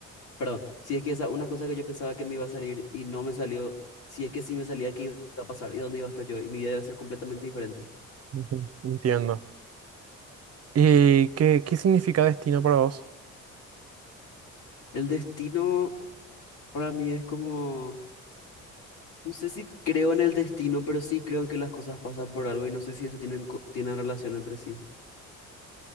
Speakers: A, on the left (about 90°); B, on the right (about 55°).
A: Perdón, si es que esa una cosa que yo pensaba que me iba a salir y no me salió, si es que sí me salía, ¿qué iba a pasar? ¿Y dónde iba a estar yo? Y mi vida iba a ser completamente diferente.
B: Ujú. Entiendo. ¿Y qué, qué significa destino para vos?
A: El destino para mí es como, no sé si creo en el destino, pero sí creo en que las cosas pasan por algo y no sé si eso tienen, co- tienen relación entre sí.